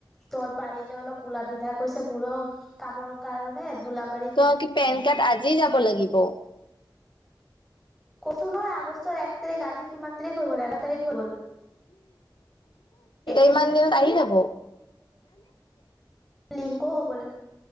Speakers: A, in the centre; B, on the left.
A: তই পাৰিলে অলপ ওলাবি তাৰ কৈছে মোৰো কামৰ কাৰণে দলাব
B: তোমাৰ কি পেন কাৰ্ড আজি যাব লাগিব
A: কৈছু নহয় আগষ্টৰ এক তাৰিখ আজি কিমান তাৰিখ হৈ গল এঘাৰ তাৰিখ হৈ গল একেদিনৰ
B: ইমান দিনত আহি যাব
A: লিংক হ'ব লাগ